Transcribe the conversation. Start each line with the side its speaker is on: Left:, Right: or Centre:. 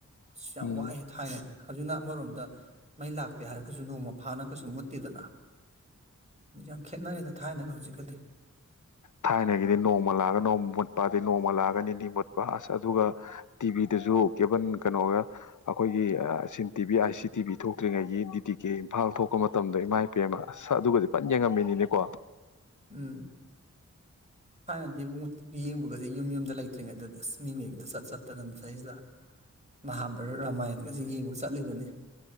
Right: ꯑꯁ ꯌꯥꯝ
Left: ꯎꯝ
Right: ꯋꯥꯏꯦ ꯊꯥꯏꯔꯗꯤ ꯍꯧꯖꯤꯛꯅ ꯑꯃꯔꯣꯝꯗ ꯃꯩ ꯂꯥꯛꯇꯦ ꯍꯥꯏꯔꯒꯁꯨ ꯅꯣꯡꯃ ꯐꯥꯅꯒꯁꯨ ꯃꯨꯠꯇꯦꯗꯅ ꯌꯥꯝ ꯈꯦꯠꯅꯔꯦꯗ ꯊꯥꯏꯅꯒ ꯍꯧꯖꯤꯛꯀꯗꯤ
Left: ꯊꯥꯏꯅꯒꯤꯗꯤ ꯅꯣꯡꯃ ꯂꯥꯛꯑꯒ ꯅꯣꯡꯃ ꯃꯨꯠꯄꯥꯗꯤ ꯅꯣꯡꯃ ꯂꯥꯛꯑꯒꯅꯤ ꯃꯨꯠꯄ ꯑꯁ ꯑꯗꯨꯒ ꯇꯤꯚꯤꯗꯁꯨ ꯀꯦꯕꯟ ꯀꯩꯅꯣꯒ ꯑꯩꯈꯣꯏꯒꯤ ꯁꯤꯟ ꯇꯤ ꯚꯤ ꯑꯥꯏ ꯁꯤ ꯇꯤ ꯚꯤ ꯊꯣꯛꯇ꯭ꯔꯤꯉꯩꯒꯤ ꯗꯤꯗꯤ ꯀꯦ ꯏꯝꯐꯥꯜ ꯊꯣꯛꯄ ꯃꯇꯝꯗ ꯏꯃꯥ ꯏꯄꯦꯜ ꯑꯃ ꯑꯁ ꯑꯗꯨꯒꯗꯤ ꯐꯟꯅ ꯌꯦꯡꯉꯝꯃꯤꯅꯤꯅꯦꯀꯣ
Right: ꯎꯝ ꯊꯥꯏꯅꯗꯤ ꯏꯕꯨꯡ ꯇꯤꯚꯤ ꯌꯦꯡꯕꯒꯁꯦ ꯌꯨꯝ ꯌꯨꯝꯗ ꯂꯩꯇ꯭ꯔꯤꯉꯩꯗꯗꯤ ꯑꯁ ꯃꯤ ꯃꯌꯨꯝꯗ ꯆꯠ ꯆꯠꯇꯅ ꯃꯁꯗꯩꯁꯤꯗ ꯃꯍꯥꯚꯥꯔꯠ ꯔꯥꯃꯥꯌꯟꯒꯁꯤꯦ ꯌꯦꯡꯕ ꯆꯠꯂꯤꯕꯅꯤ